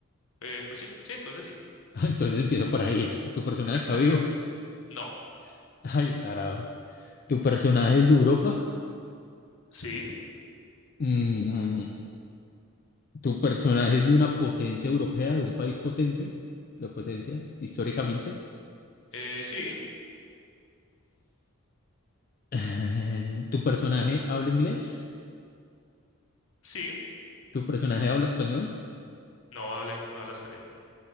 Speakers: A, on the left; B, on the left.
A: Eh, pues sí, sí, entonces sí.
B: <laughs> Entonces empiezo por ahí. ¿Tu personaje
A: <laughs>
B: está vivo?
A: No,
B: <laughs> Ay, carajo. ¿Tu personaje es de Europa?
A: sí,
B: Mm, ¿tu personaje es de una potencia europea, de un país potente? ¿De potencia históricamente?
A: eh, sí,
B: Eh, ¿tu personaje habla inglés?
A: sí,
B: ¿Tu personaje habla español?
A: no habla, no habla español.